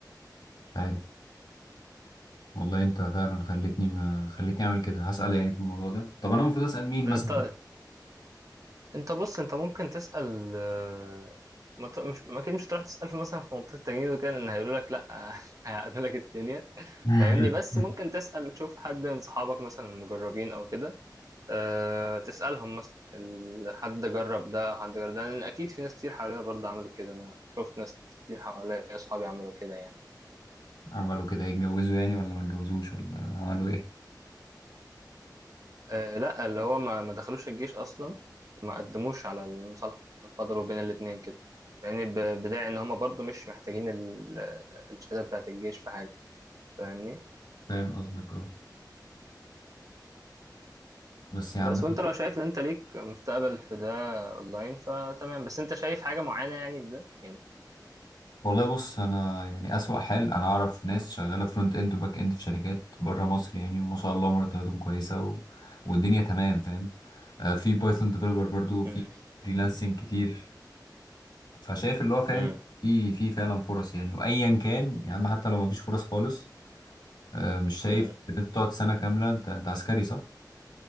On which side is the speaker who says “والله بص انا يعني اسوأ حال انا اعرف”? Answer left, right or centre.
Left